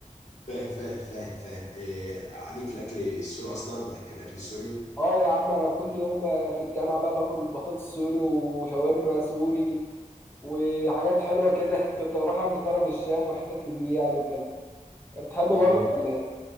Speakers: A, on the left; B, on the left.
A: فاهم فاهم فاهم فاهم إيه عليك في الاكل السوري اصلا بتحب بتحب الاكل السوري
B: <laughs> اه يا عم انا كل يوم بقى في الجامعه بقى باكل بطاطس سوري وشاورما سوري وحاجات حلوه كده <laughs> كنت بروح عند كرم الشام وحتت من دي يعني وكده انت بتحبه
A: مم.
B: برضك ولا ايه